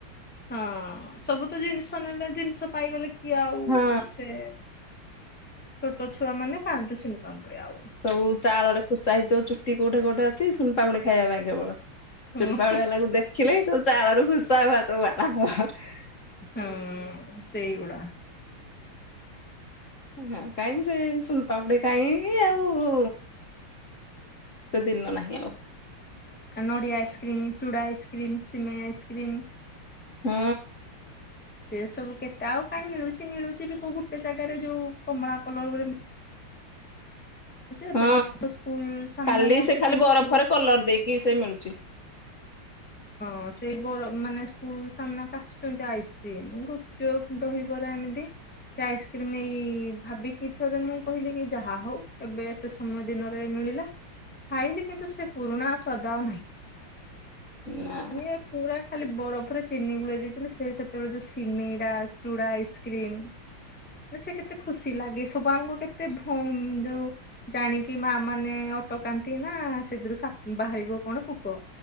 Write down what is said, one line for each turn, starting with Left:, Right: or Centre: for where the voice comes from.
Centre: ହଁ ସବୁ ତ ଜିନିଷ ନେଲେ ଜିନିଷ ପାଇଗଲେ କିଏ ଆଉ
Left: ହଁ
Centre: ସେ। ଛୋଟ ଛୁଆମାନେ ଖାଆନ୍ତି ସୁନୁ ପାମ୍ପୁଡି ଆଉ।
Left: ସବୁ ଚାଳରେ ଖୁସା ହେଇଥିବ ଚୁଟି କୋଉଠେ କୋଉଠେ ଅଛି ଶୁନପାମ୍ପୁଡି ଖାଇବା ପାଇଁ କେବଳ। ସୁୁନ
Centre: ହଁ
Left: ପାମ୍ପୁଡିବାଲାକୁ ଦେଖିଲେ ସବୁ ଚାଳରୁ ଖୁସା <unintelligible>
Centre: ଉଁ ହୁଁ ସେଇଗୁଡା।
Left: ହୁଁ କାହିଁ ସେ ସୁନପାମ୍ପୁଡି କାହିଁ ଆଉ। ସେ ଦିନ ନାହିଁ ଆଉ।
Centre: କା ନଡ଼ିଆ ଆଇସ୍କ୍ରିମ୍, ଚୁଡ଼ା ଆଇସ୍କ୍ରିମ୍, ସିମେଇ ଆଇସ୍କ୍ରିମ୍।
Left: ହୁଁ।
Centre: ସେ ସବୁ କେତେ ଆଉ କାହିଁ ମିଳୁଛି ମିଳୁଛି ବି କୋଉ ଗୁଟେ ଜାଗାରେ ଯୋଉ କମଳା କଲର ଗୋ ଏତେ
Left: ହୁଁ
Centre: ଟେଷ୍ଟ। ସ୍କୁଲ ସାମ୍ନାରେ
Left: ଖାଲି
Centre: ଆସୁଛନ୍ତି
Left: ସେ ଖାଲି ବରଫରେ
Centre: ସବୁ
Left: କଲର ଦେଇକି ସେ ମିଳୁଛି। <inaudible>
Centre: ହଁ ସେଇ ବର ମାନେ ସ୍କୁଲ ସାମ୍ନାକୁ ଆସୁଛନ୍ତି ଆଇସ୍କ୍ରିମ, ଗୁପଚୁପ, ଦହିବରା ଏମିତି। ସେ ଆଇସ୍କ୍ରିମ ଏଇ ଭାବିକି ଥରେ ମୁଁ କହିଲି କି ଯାହା ହଉ ଏବେ। କେତେ ସମୟ ଦିନରେ ମିଳିଲା, ଖାଇଲି କିନ୍ତୁ ସେ ପୁରୁଣା ସ୍ଵାଦ ଆଉ ନାହିଁ।
Left: ନାଁ।
Centre: ଇଏ ପୁରା ଖାଲି ବରଫରେ ଚିନି ଗୁଳେଇ ଦେଇଛନ୍ତି, ସେ ସେତେବେଳେ ଯୋଉ ସିମିରା, ଚୁଡ଼ା ଆଇସ୍କ୍ରିମ ଯେ ସେ କେତେ ଖୁସି ଲାଗେ ସବୁ ଆମକୁ କେତେ ଭଉଁ ଯୋଉ ଜାଣିକି ମା ମାନେ ଅଟକାନ୍ତି ନା, ସେଥିରୁ ସାପ ବାହାରିବ କଣ ପୋକ।